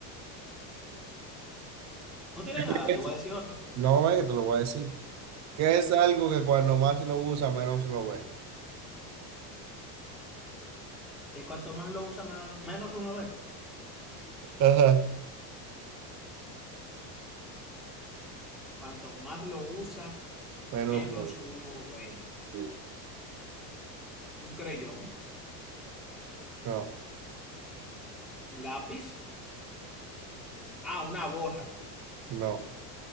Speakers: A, in the centre; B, on the right.
A: No tiene
B: <laughs>
A: nada, te voy a decir otro.
B: No, es que te lo voy a decir. que
A: Ok.
B: es algo que cuando más lo usa, menos lo ve.
A: Que cuanto más lo usa, menos, menos uno ve.
B: Ajá.
A: Cuanto más lo usa,
B: Menos
A: menos
B: lo ve.
A: uno veinte.
B: Sí.
A: Un creyón,
B: No,
A: un lápiz. Ah, una borra.
B: no,